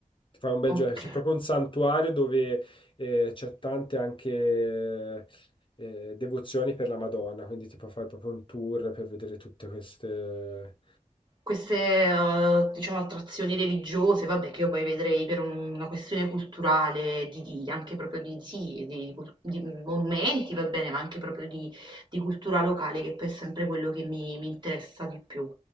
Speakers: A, on the left; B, on the right.
A: ti fai un bel
B: ok.
A: giro. C'è proprio un santuario dove eh, c'è tante anche eh, devozioni per la Madonna, quindi ti puoi fare proprio un tour per vedere tutte queste.
B: Queste, uhm, diciamo attrazioni religiose, vabbè, che io poi vedrei per un- una questione culturale di di anche proprio di sì, di cul di monumenti, va bene, ma anche proprio di di cultura locale, che poi è sempre quello che mi mi interessa di più.